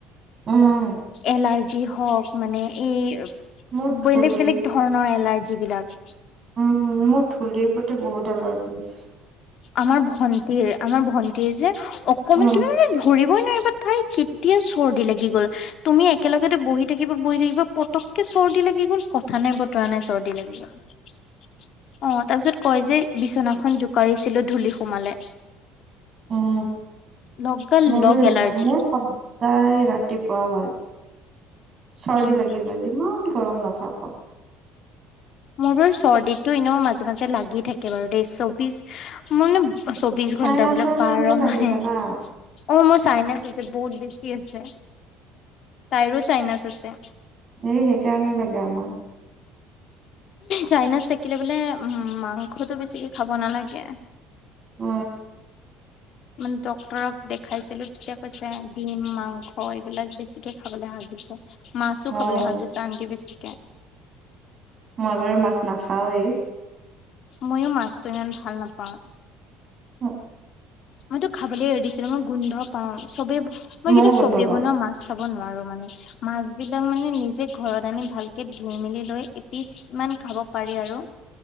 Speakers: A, on the right (about 45°); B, on the left (about 55°).
A: উম,
B: এলাৰ্জি হওক মানে এই
A: মোৰ ধূলি
B: বেলেগ বেলেগ ধৰণৰ এলাৰ্জি। যিবিলাক।
A: উম মোৰ ধূলিৰ প্ৰতি বহুত এলাৰ্জি আছে।
B: আমাৰ ভন্টিৰ আমাৰ ভন্টিৰ যে অকমান
A: উম,
B: তুমি ধৰি। ই নোৱাৰিবা তাই কেতিয়া চৰ্দি লাগি গ'ল তুমি একেলগেতো বহি থাকিবা বহি থাকিবা। পতককে চৰ্দি লাগি গ'ল কথা নাই বতৰা নাই চৰ্দি লাগি গ'ল। অ তাৰ পিছত কয় যে বিচনাখন জোকাৰিছিলো ধূলি সোমালে।
A: উম
B: লগা
A: মোৰো
B: লগ
A: সেনেকুৱা
B: এলাৰ্জি
A: মোৰ সপ্তায় ৰাতিপুৱা হয়। চৰ্দি
B: উম
A: লাগিব যিমান গৰম নাথাক।
B: মোৰ বাৰু চৰ্দিটো এনেও মাজে মাজে লাগি থাকে বাৰু দেই চৌবিশ মোৰ মানে চৌবিশ
A: চাইনাছৰ
B: ঘণ্টাাবিলাক
A: কাৰণে
B: বাৰ
A: লাগে
B: মাহে।
A: জানা।
B: অ মোৰ চাইনাছ আছে বহুত বেছি আছে তাইৰো চাইনাছ আছে।
A: এ সেইকাৰণে লাগে আমাৰ।
B: চাইনাজ থাকিলে বোলে উ মাংসটো বেছিকে খাব নালাগে।
A: উ
B: মানে ডক্তৰক দেখাইছিলো তেতিয়া কৈছে ডিম মাংস এইবিলাক বেছিকে খাবলৈ শাক দিছে মাছো
A: অ',
B: খাবলে শাক দিছে আনকি বেছিকে
A: মই বাৰু মাছ নাখাওৱেই
B: ময়ো মাছটো ইমান ভাল নাপাওঁ।
A: অ
B: মইতো খাবলৈ এৰি দিছিলো মই গোন্ধ পাও চবেই মই
A: ময়ো
B: কিন্তু
A: গোন্ধ
B: চবেই
A: পাওঁ,
B: বনোৱা মাছ খাব নোৱাৰো <unintelligible> মাছ বিলাক মানে নিজে ঘৰত আনি ভালকে ধুই মেলি লৈ এপিছ মান খাব পাৰো। আৰু